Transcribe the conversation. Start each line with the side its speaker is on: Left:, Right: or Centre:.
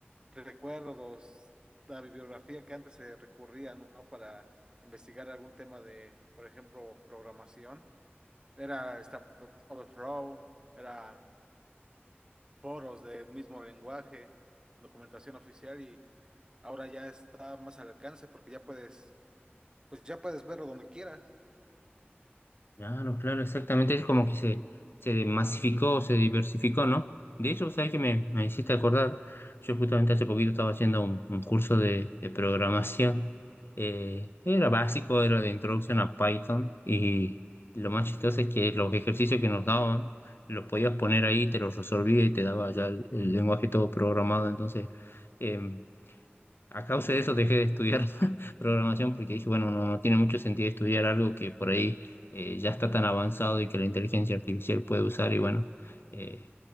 Right: recuerdo los, la bibliografía que antes se recurría, ¿no? ¿no? Para investigar algún tema de, por ejemplo, programación. Era esta Overflow, era foros del mismo lenguaje, documentación oficial y ahora ya está más al alcance porque ya puedes, pues ya puedes verlo donde quieras.
Left: Claro, claro, exactamente. Es como que se, se masificó, se diversificó, ¿no? De hecho, ¿sabes qué me, me hiciste acordar? Yo justamente hace poquito estaba haciendo un, un curso de, de programación. Eh, era básico, era de introducción a Python. Y lo más chistoso es que los ejercicios que nos daban, los podías poner ahí, te los resolvía y te daba ya el, el lenguaje todo programado. Entonces, em, a causa de eso dejé de estudiar <laughs> programación porque dije, bueno, no, no tiene mucho sentido estudiar algo que por ahí eh, ya está tan avanzado y que la inteligencia artificial puede usar y bueno, eh,